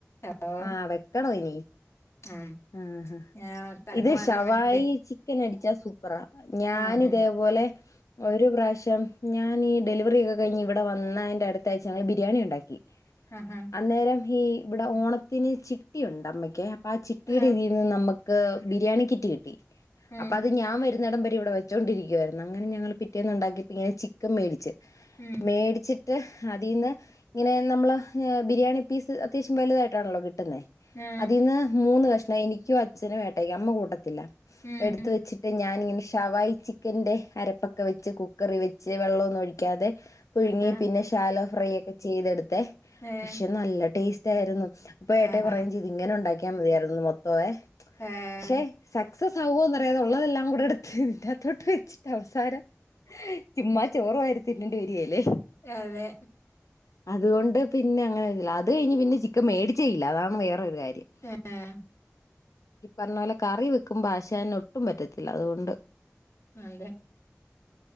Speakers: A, on the left (about 55°); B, on the left (about 80°).
A: ഓ
B: ആ വെക്കണൊ ഇനി
A: ഉം
B: ആഹ്
A: ഞാൻ തണുപ്പ്
B: ഇത്
A: മാറാൻ
B: ശവായി
A: വേണ്ടി
B: ചിക്ക മേടിച്ചാ സൂപ്പറാ ഞനിതേപോലെ
A: ആഹ്
B: ഒര് പ്രാവ്ശ്യം ഞനീ ഡെലിവറിക്കെ കഴ്ഞ്ഞ് ഇവ്ടെ വന്നേൻ്റെട്ക്ക് ന്തായ്ച ഞങ്ങള് ബിരിയാണി ണ്ടാക്കി
A: ആഹ് ആഹ്
B: അന്നേരം ഈ വ്ടെ ഓണത്തിന് ചിട്ടിയുണ്ട് അമ്മയ്ക്ക് അപ്പം ആഹ് ചിട്ടിയുടെ
A: ആഹ്
B: ഇതിന്ന് നമ്മക്ക് ബിരിയാണി കിറ്റ് കിട്ടി
A: ഉം
B: അപ്പൊ അത് ഞാൻ വരുന്ന വരുന്നുടം വരെ ഇവിടെ വെച്ചോ ണ്ടിരിക്കുവായിരുന്നു അങ്ങനെ ഞങ്ങള് പിറ്റേന്നുണ്ടാക്കിപ്പോ ഇങ്ങനെ ചിക്കൻ മേടിച്ച്
A: ഉം
B: മേടിച്ചിട്ട് അതിൽ നിന്ന് ഇങ്ങനെ നമ്മള് ബിരിയാണി പീസ് അത്യാവശ്യം വലുതായിട്ടാണല്ലോ കിട്ട
A: ഉം
B: അതീന്ന് മൂന്ന് കഷ്ണം എനിക്കും അച്ഛനും ഏട്ടായിക്കും അമ്മ കൂട്ടത്തില്ല
A: ഉം
B: എടുത്ത് വെച്ചിട്ട് ഞാനിങ്ങനെ ഷവായി ചിക്കന്റെ അരപ്പൊക്കെ വെച്ച് കുക്കറി വെച്ച് വെള്ളമൊന്നും ഒഴിക്കാതെ പുഴുങ്ങി
A: ആഹാ
B: പിന്നെ ശാലോ ഫ്രൈ ഒക്കെ ചെയ്തെടുത്തെ
A: ഏഹ്
B: പക്ഷെ നല്ല ടേസ്റ്റ് ആയിരുന്നു അപ്പൊ ഏട്ടായിപറയുകയും
A: ആഹാ
B: ചെയ്ത് ഇങ്ങനെ ഉണ്ടാക്കിയാൽ മതിയായിരുന്നു മൊത്തമേ
A: ഏഹ്
B: പക്ഷെ സക്സസ് ആവോന്നറിയാതെ ഉള്ളതെല്ലാം കൂടെ എടുത്ത് ഇതിനകത്തോട്ട് വെച്ചിട്ട് അവസാനം ചുമ്മാ ചോറു വാരിത്തിത്തേണ്ടി വരിയേല്ലേ
A: അതെ
B: അതുകൊണ്ട് പിന്നെ അങ്ങനെല്ല അത് കഴിഞ്ഞ് പിന്നെ ചിക്കൻ മേടിച്ചേയില്ല അതാണ് വേറെ വേറൊരു കാര്യം
A: ഏഹ്
B: പറഞ്ഞ പോലെ കറി വെക്കുമ്പോ ആശനൊട്ടും പറ്റത്തില്ല അതുകൊണ്ട്
A: നല്ല